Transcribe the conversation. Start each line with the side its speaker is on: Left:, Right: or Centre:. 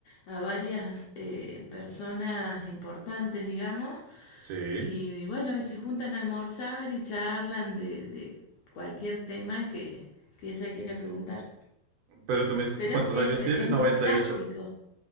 Left: a varias eh, personas importantes, digamos,
Right: sí.
Left: y, y bueno, y se juntan a almorzar y charlan de, de cualquier tema que, que ella quiera preguntar.
Right: Pero tú me dices
Left: Pero
Right: que ¿cuántos
Left: siempre
Right: años tiene?
Left: es
Right: noventa
Left: un clásico.
Right: y ocho.